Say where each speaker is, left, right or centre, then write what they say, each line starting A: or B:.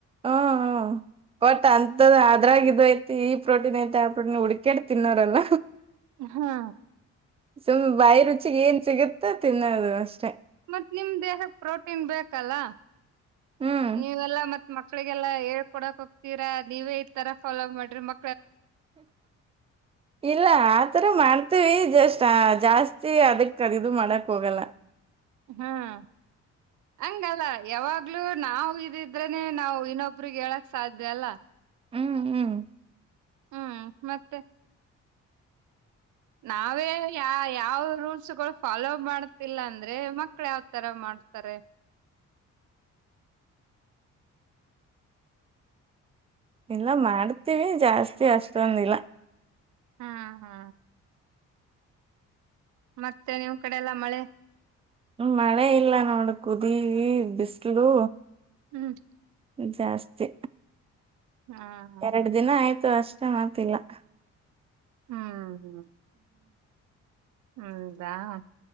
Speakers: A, on the right (about 20°); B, on the right (about 75°).
A: ಹ್ಮ್ ಹ್ಮ ಬಟ್ ಅಂತದ ಅದ್ರಾಗ ಇದು ಐತಿ ಈ ಪ್ರೋಟೀನ್ ಐತಿ ಆ ಪ್ರೋಟೀನ್ ಹುಡ್ಕೇಡ್ ತಿನ್ನೋರಲ್ಲ
B: ಹಾ
A: ಸುಮ್ ಬಾಯಿ ರುಚಿಗೆ ಏನ್ ಸಿಗುತ್ತೋ ತಿನ್ನೋದು ಅಷ್ಟೆ
B: ಮತ್ತ್ ನಿಮ ದೇಹಕ್ಕೆ ಪ್ರೋಟೀನ್ ಬೇಕಲ್ಲ.
A: ಹ್ಮ್
B: ನೀವೆಲ್ಲಾ ಮತ್ ಮಕ್ ಕ್ಕಳಿಗೆಲ್ಲ ಹೇಳ್ಕೊಡಕ್ ಹೋಗ್ತೀರಾ ನೀವೇ ಈ ತರ ಫಾಲೋ ಮಾಡ್ರಿ ಮ
A: ಇಲ್ಲ ಆತರ ಮಾಡ್ತೀವಿ ಜಸ್ ಟ್ ಜಾಸ್ತಿ ಅದಕ್ ಅದು ಇದು ಮಾಡಕ್ ಹೋಗಲ್ಲ.
B: ಹ್ಮ್ ಹಂಗಲ್ಲ ಯಾವಾಗ್ಲೂ ನಾವು ಇದಿದ್ರನೆ ನಾವು ಇನ್ನೊಬ್ರಿಗೆ ಹೇಳಕ್ ಸಾಧ್ಯ ಅಲ್ಲ
A: ಹ್ಮ್ ಹ್ಮ್
B: ಹ್ಮ್ ಮತ್ತೆ ನಾವೇ ಯ ಯಾವ ರೂಲ್ಸ್ ಗಳು ಫಾಲೋ ಮಾಡ್ತಿಲ್ಲ ಅಂದ್ರೆ ಮಕ್ಳ ಯಾವ್ತರ ಮಾಡ್ತಾರೆ.
A: ಇಲ್ಲ ಮಾಡ್ತೀವಿ ಜಾಸ್ತಿ ಅಷ್ಟೊಂದಿಲ್ಲ
B: ಹಾ ಹಾ ಮತ್ತೆ ನಿಮ್ ಕಡೆ ಎಲ್ಲಾ ಮಳೆ
A: ಮಳೆ ಇಲ್ಲ ನೋಡ ಕುದಿ ಬಿಸಲು
B: ಹ್ಮ್
A: ಜಾಸ್ತಿ
B: ಹಾ ಹಾ
A: ಎರಡು
B: ಹಾ
A: ದಿನ ಆಯ್ತು ಅಷ್ <unintelligible>
B: ಹ್ಮ ಹ್ಮ್ ಹ್ಮ ದಾ <unintelligible>